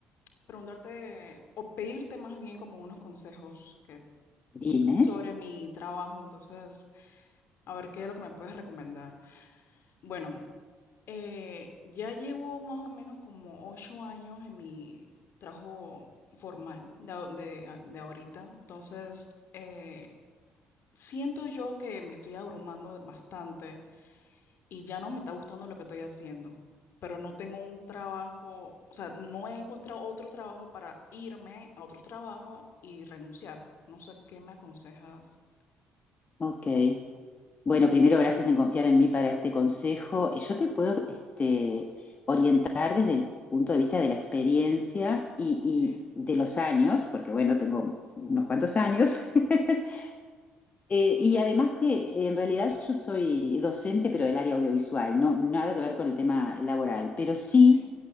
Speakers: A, on the left; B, on the left.
A: preguntarte o pedirte más bien como unos consejos que,
B: Dime.
A: sobre mi trabajo. Entonces, a ver qué es lo que me puedes recomendar. Bueno, eh, ya llevo más o menos como ocho años en mi trabajo formal de, a- de a- de ahorita. Entonces, eh, siento yo que me estoy abrumando bastante y ya no me está gustando lo que estoy haciendo, pero no tengo un trabajo, o sea, no he encontrado otro trabajo para irme a otro trabajo y renunciar. No sé qué me aconsejas.
B: Ok. Bueno, primero gracias en confiar en mí para este consejo. Y Yo te puedo este, orientar desde el punto de vista de la experiencia y,
A: Ok,
B: y de los años, porque bueno, tengo unos cuantos años. <laughs> Eh, y además que en realidad yo soy docente, pero del área audiovisual, no nada que ver con el tema laboral, pero sí
A: ok,